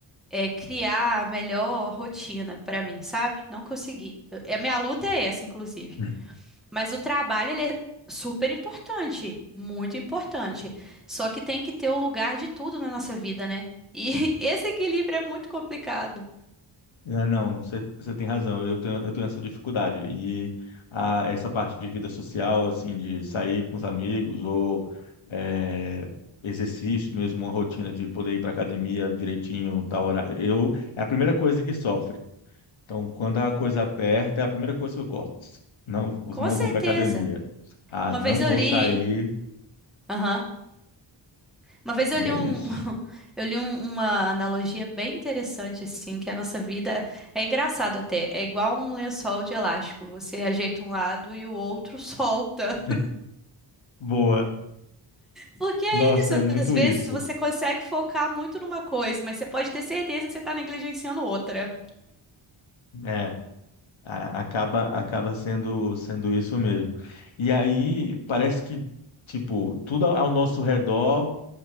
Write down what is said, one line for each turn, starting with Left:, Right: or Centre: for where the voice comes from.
Centre: é, criar a melhor rotina para mim, sabe? Não consegui. Eu- a minha luta é essa, inclusive.
Left: Hum.
Centre: Mas o trabalho, ele é super importante, muito importante. Só que tem que ter o lugar de tudo na nossa vida, né? E <laughs> esse equilíbrio é muito complicado.
Left: É, Não, você você tem razão, eu tenho, eu tenho essa dificuldade. E a, essa parte de vida social, assim, de sair com os amigos ou é, exercício mesmo, uma rotina de poder ir para academia direitinho, tal hora, eu, é a primeira coisa que sofre. Então, quando a coisa aperta, é a primeira coisa que eu corto. Não,
Centre: Com
Left: não
Centre: certeza.
Left: vou para academia. Ah,
Centre: Uma
Left: não
Centre: vez eu
Left: vou
Centre: li,
Left: sair.
Centre: aham. Uma vez
Left: E
Centre: eu li
Left: é
Centre: um,
Left: isso.
Centre: <laughs> eu li um- uma analogia bem interessante assim, que a nossa vida é engraçado até, é igual um lençol de elástico, você ajeita um lado e o outro <laughs> solta.
Left: <laughs> Boa.
Centre: Porque é
Left: Nossa,
Centre: isso,
Left: é muito
Centre: às vezes
Left: isso.
Centre: você consegue focar muito numa coisa, mas você pode ter certeza que você está negligenciando outra.
Left: É, a- acaba acaba sendo sendo isso mesmo. E aí parece que tipo, tudo ao nosso redor